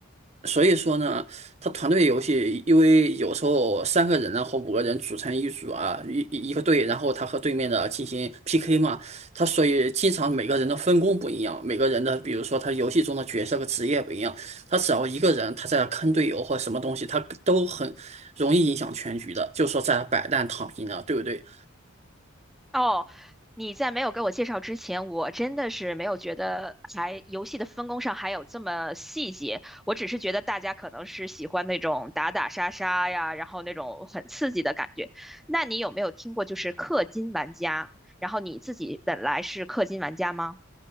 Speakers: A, on the right; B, in the centre.
A: 所以说呢，他团队游戏，因为有时候三个人啊或五个人组成一组啊，一一个队，然后他和对面的进行 PK 嘛，他所以经常每个人的分工不一样，每个人的比如说他游戏中的角色和职业不一样，他只要一个人他在坑队友或什么东西，他都很容易影响全局的，就说在摆烂躺平啊，对不对？
B: 哦，你在没有给我介绍之前，我真的是没有觉得还游戏的分工上还有这么细节。我只是觉得大家可能是喜欢那种打打杀杀呀，然后那种很刺激的感觉。那你有没有听过就是氪金玩家？然后你自己本来是氪金玩家吗？